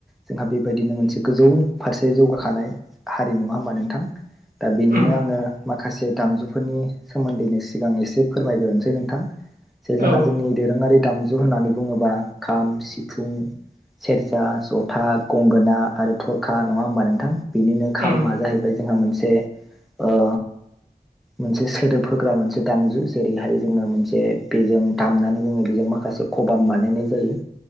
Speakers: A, in the centre; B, on the right.
A: जोंहा बेबायदिनो मोनसे गोजौ फारसे जौगाखानाय हारि नङा होमबा नोंथां? दा बेनिनो
B: उम
A: आङो माखासे दामजुफोरनि सोमोन्दैनो सिगां एसे फोरमायग्रोनोसै नोंथां। जे
B: औ
A: जोंहा जोंनि दोरोङारि दामजु होननानै बुङोबा खाम सिफुं सेरजा जथा गंगोना आरो थरखा नङा होमबा नोंथां? बिनिनो खामा
B: उम
A: जाहैबाय जोंहा मोनसे ओ मोनसे सोदोब होग्रा मोनसे दामजु जेरैहाय जोङो मोन जे बेजों दामनानै जोङो बेजों माखासे खबाम बानायनाय जायो।